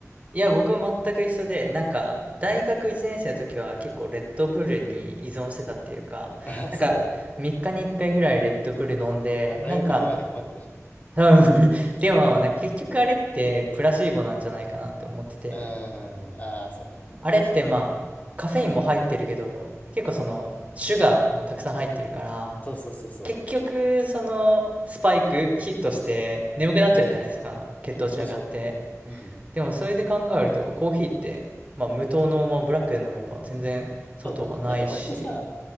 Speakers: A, on the right (about 25°); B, on the left (about 30°).
A: いや、僕も全く一緒で、なんか、大学1年生の時は結構レッドブルに依存してたっていうか、
B: うん。<laughs> あそうだよね。
A: なんか、3日に1回ぐらいレッドブル飲んで、
B: あ大学の前で配ってるしね。
A: なんか、うん <laughs> でも、なんか結局あれってプラシーボなんじゃないかなって思ってて、
B: <laughs> うん、ああ、そうね。
A: あれってまあ、
B: プラス、
A: カフェインも入ってるけど、
B: うん。
A: 結構その、シュガーもたくさん入ってるから、
B: そうそうそうそ
A: 結局、その、スパイクヒットして眠くなっちゃうじゃないですか、
B: う。うんうん。
A: 血糖値上がって。
B: そうそう。うん。
A: でもそれで考えると、コーヒーって、まあ無糖の、まあ、ブラックで飲めば全然砂糖はないし、
B: そうだね。だから割とさ、